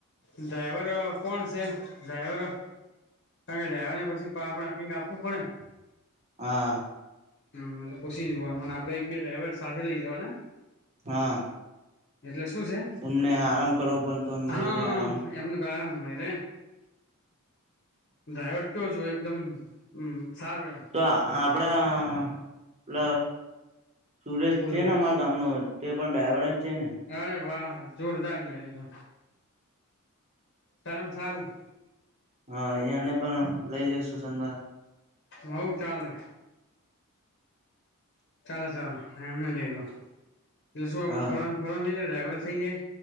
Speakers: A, on the left (about 55°); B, on the right (about 30°).
A: ડ્રાઈવર. કોણ છે ડ્રાઈવરો કારણ કે ડ્રાઈવર ને પછી કક આપવું પડે ને.
B: હા.
A: હમ એટલે પૂછી જવાનું અને આપડે એક બે ડ્રાઈઇવર સાથે લઇ જવા ને.
B: હા
A: એટલે શું છે
B: એમને આરામ કરવો પણ તો મળી
A: હા
B: રહે આરામ
A: એમનું. આરામ મળી રે્રાયવડ. કયો છ એકદમમ સારું એમ.
B: તો આપડા પલ સુરેશ
A: બોલો
B: છે
A: બોલો
B: ને અરે. ગામનો તે પણ ડ્રાઈવર જ છે ને.
A: અરે વાહ જોરદારયાર તો શરમ સારું.
B: હા યા ને પણ લઈ લઉ સુું સંગત.
A: હઉ ચલેને. ચાાલ ચાલ એમને લઈ લો એટલે શું આપડે
B: હા
A: ફરન ફરન થઇ જાય ડ્રાઈવર થઇ જાય.